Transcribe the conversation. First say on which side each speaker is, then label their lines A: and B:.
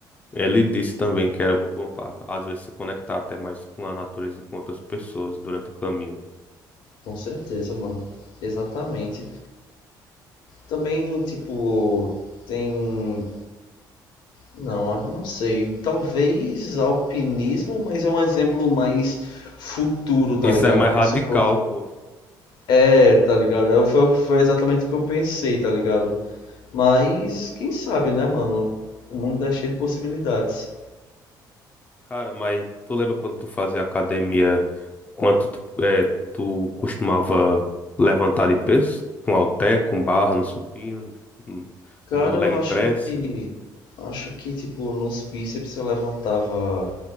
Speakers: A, on the left (about 20°); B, on the left (about 70°).
A: Ele disse também que era muito bom para, às vezes, se conectar até mais com a natureza e com outras pessoas durante o caminho.
B: Com certeza, mano. Exatamente. Também, tipo, tem. Não, não sei. Talvez alpinismo, mas é um exemplo mais futuro, tá
A: Isso
B: ligado?
A: é mais
B: Como
A: radical,
B: se fosse.
A: pô.
B: É, tá ligado? É, Foi, foi exatamente o que eu pensei, tá ligado? Mas, quem sabe, né, mano? O mundo é cheio de possibilidades.
A: Cara, mas tu lembra quando tu fazia academia, quanto tu, é, tu costumava levantar de peso? Com halter, com barra, no supino, no
B: Cara,
A: no leg
B: eu acho
A: press,
B: que. Acho que, tipo, nos bíceps eu levantava